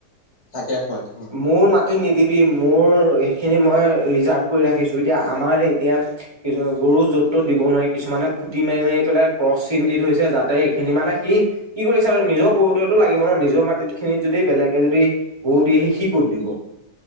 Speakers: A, on the left; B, on the right.
A: থাকে হয়। হয়,
B: মোৰ মাটি নিদিবি মোৰ সেইখিনি মই ৰিজাৰ্ভ কৰি ৰাখিছো এতিয়া আমাৰ এতিয়া কিছু গৰু য'ত তত দিব নোৱাৰি কিছুমানে ফুটি মাৰি মাৰি পেলাই ক্ৰ চিন দি থৈছে যাতে এইখিনি মানে সি। কি কৰিছা নিজৰ গৰুতোৱে লাগিব ন নিজৰ মাটি খিনিত যদি বেলেগ যদি গৰু দিয়ে সি সি কত দিব